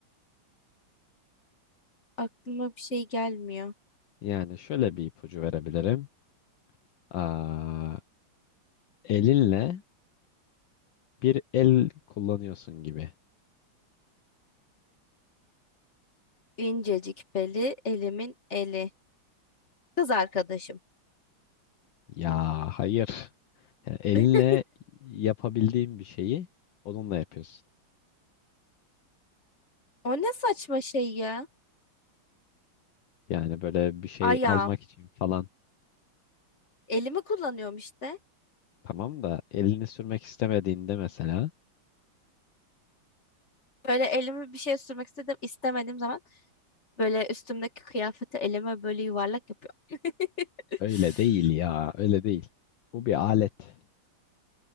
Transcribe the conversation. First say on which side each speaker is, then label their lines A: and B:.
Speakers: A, on the left; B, on the left.
A: Aklıma bir şey gelmiyor.
B: Yani şöyle bir ipucu verebilirim. Aa, elinle bir el kullanıyorsun gibi.
A: İncecik beli, elimin eli. Kız arkadaşım.
B: Ya hayır. Yani elinle
A: <laughs>
B: yapabildiğin bir şeyi onunla yapıyorsun.
A: O ne saçma şey ya.
B: Yani böyle bir şey
A: Ayağım.
B: almak için falan
A: Elimi kullanıyorum işte.
B: tamam da elini sürmek istemediğinde mesela
A: Böyle elimi bir şey sürmek istedim, istemediğim zaman böyle üstümdeki kıyafeti elime böyle yuvarlak yapıyorum.
B: öyle
A: <laughs>
B: değil ya öyle değil. Bu bir alet.